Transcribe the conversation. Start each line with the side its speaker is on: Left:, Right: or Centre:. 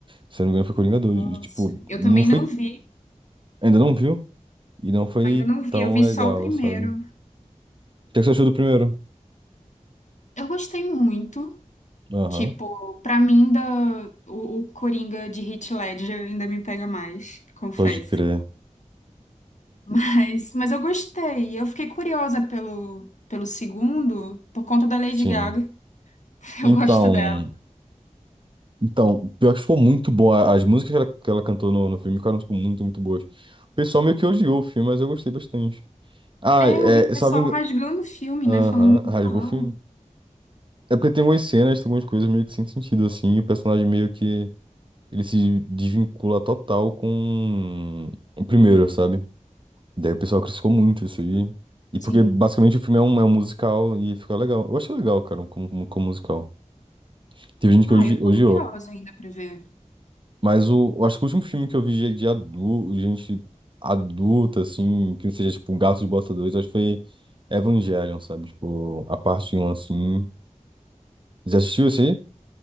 Right: Se eu não me engano, foi Coringa dois
Left: Nossa.
Right: E, tipo,
Left: Eu
Right: não
Left: também
Right: foi.
Left: não vi.
Right: Ainda não viu? E não foi
Left: Ainda não vi.
Right: tão
Left: Eu vi
Right: legal,
Left: só o primeiro.
Right: sabe? O que é que você achou do primeiro?
Left: Eu gostei muito.
Right: Aham,
Left: Tipo, pra mim, da, o, o Coringa de Heath Ledger ainda me pega mais, confesso.
Right: pode crer.
Left: Mas, mas eu gostei. Eu fiquei curiosa pelo, pelo segundo, por conta da Lady
Right: Sim.
Left: Gaga. <laughs>
Right: Então,
Left: Eu gosto dela.
Right: então, pior que ficou muito bom. A- As músicas que ela, que ela cantou no, no filme ficaram, tipo, muito, muito boas. O pessoal meio que odiou o filme, mas eu gostei bastante. Ah,
Left: É,
Right: é,
Left: eu vi o pessoal
Right: salvo engano.
Left: rasgando o filme,
Right: Aham,
Left: né? Falando muito
Right: rasgou
Left: mal.
Right: o filme. É porque tem algumas cenas, tem algumas coisas meio que sem sentido, assim, e o personagem meio que ele se desvincula total com o primeiro,
Left: Hum,
Right: sabe? Daí o pessoal criticou muito isso aí. E
Left: sim.
Right: porque basicamente o filme é um, é um musical e ficou legal. Eu achei legal, cara, como, como musical. Teve gente que
Left: Ah,
Right: odi-
Left: eu
Right: odiou.
Left: tô curiosa ainda pra ver.
Right: Mas o, eu acho que o último filme que eu vi de, de adulto, gente adulta, assim, que seja tipo um Gato de Bota 2, acho que foi Evangelion, sabe? Tipo, a parte um assim. Já assistiu esse aí?